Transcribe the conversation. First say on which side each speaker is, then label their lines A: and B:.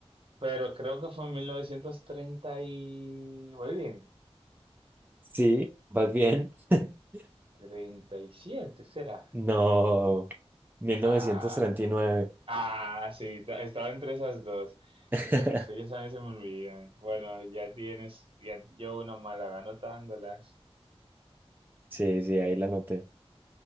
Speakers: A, on the right; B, on the right.
A: pero creo que fue en 1930 y... Muy bien,
B: Sí, vas bien. <laughs>
A: 37 será.
B: No, mil
A: Ah,
B: novecientos treinta y nueve
A: Ah, sí, ta- estaba entre esas dos.
B: <laughs>
A: Eh, las fechas a mí se me olvidan. Bueno, ya tienes, ya yo una mala anotándolas.
B: Sí, sí, ahí la noté.